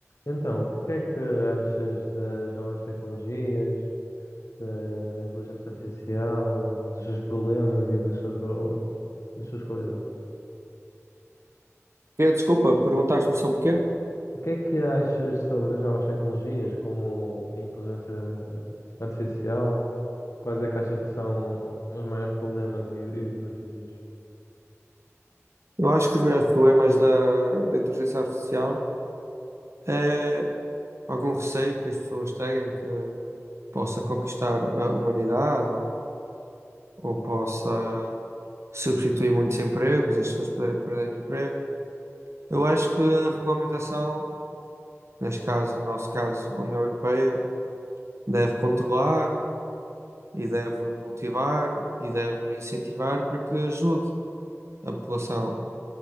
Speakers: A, on the left (about 75°); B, on the right (about 60°).
A: Então, o que é que achas das novas tecnologias, da, da inteligência artificial, dos seus problemas e das suas, o- das suas qualidades?
B: Eh, Desculpa, perguntaste-me sobre o quê?
A: O que é que achas sobre as novas tecnologias, como a inteligência artificial? Quais é que achas que são os maiores problemas e, e benefícios?
B: Eu acho que os melhores problemas da, da inteligência artificial é algum receio que as pessoas têm que possa conquistar a humanidade ou, ou possa substituir muitos empregos, as pessoas poderem perderem emprego. Eu acho que a regulamentação, neste caso, no nosso caso, a União Europeia, deve controlar e deve motivar e deve incentivar para que ajude a população